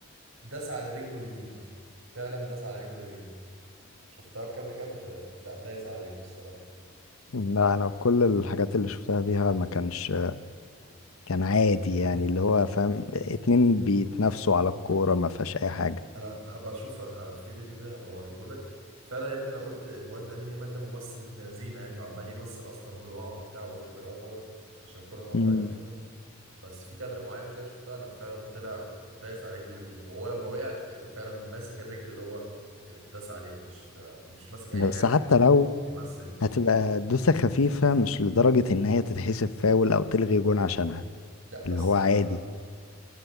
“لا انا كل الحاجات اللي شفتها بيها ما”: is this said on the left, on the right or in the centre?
Left